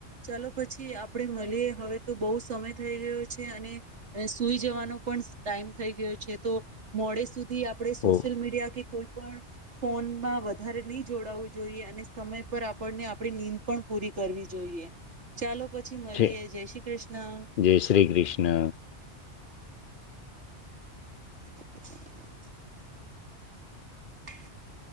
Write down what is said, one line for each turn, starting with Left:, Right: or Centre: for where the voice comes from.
Right: ચાલો પછી આપડે મળીએ હવે તો બહુ સમય થઈ ગયો છે અને ને સુઈ જવાનો પણ ટાઈમ થઈ ગયો છે તો મોડે સુધી આપડે સોશિયલ
Left: ઓ
Right: મીડિયા કે કોઈ પણ ફોનમાં વધારે નહી જોડાવવું જોઈએ અને સમય પર આપણને આપણી નીંદ પણ પૂરી કરવી જોઈએ. ચાલો પછી મળીએ
Left: છે
Right: જય શ્રી કૃષ્ણ.
Left: જય શ્રી કૃષ્ણ
Right: <inaudible> <inaudible>